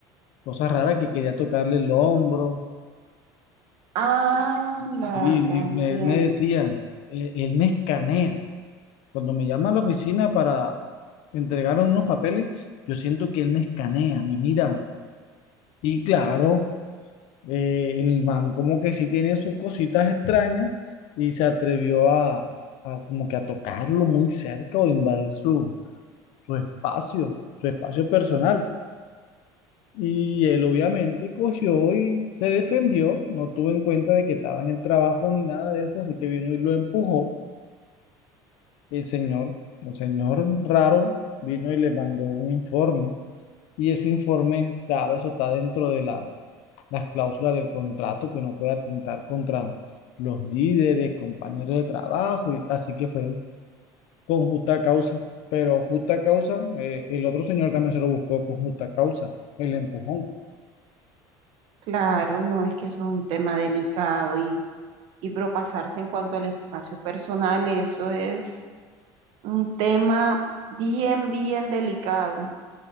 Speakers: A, on the left; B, on the right.
A: cosas raras que quería tocarle el hombro.
B: anda,
A: Sí,
B: ya
A: y
B: entiendo.
A: me- él me decía, él, él me escanea. Cuando me llama a la oficina para entregar unos papeles, yo siento que él me escanea, me mira. Y claro, eh, el man como que sí tiene sus cositas extrañas y se atrevió a, a como que a tocarlo muy cerca o invadir su, su espacio, su espacio personal. Y él obviamente cogió y se defendió, no tuvo en cuenta de que estaba en el trabajo ni nada de eso, así que vino y lo empujó. El señor, el señor raro, vino y le mandó un informe. Y ese informe, claro, eso está dentro de la- las cláusulas del contrato, que no puede atentar contra los líderes, compañeros de trabajo, y, así que fue con justa causa. Pero justa causa, eh, el otro señor también se lo buscó con justa causa, el empujón.
B: Claro, no, es que eso es un tema delicado y, y propasarse en cuanto al espacio personal, eso es un tema bien, bien delicado.